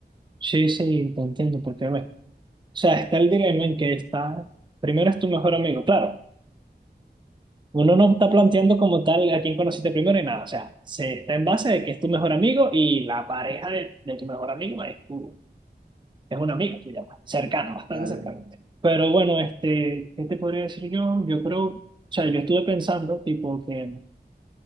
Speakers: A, on the right; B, on the right.
A: sí, sí, te entiendo, porque, bueno, o sea, está el dilema en que está, primero es tu mejor amigo, claro, uno no está planteando como tal a quién conociste primero y nada, o sea, se está en base de que es tu mejor amigo y la pareja de, de tu mejor amigo es, tu, es una amiga tuya, pues, cercana, bastante
B: La
A: cercana.
B: de Mm.
A: Pero bueno, este, ¿qué te podría decir yo? Yo creo, o sea, yo estuve pensando, tipo, que,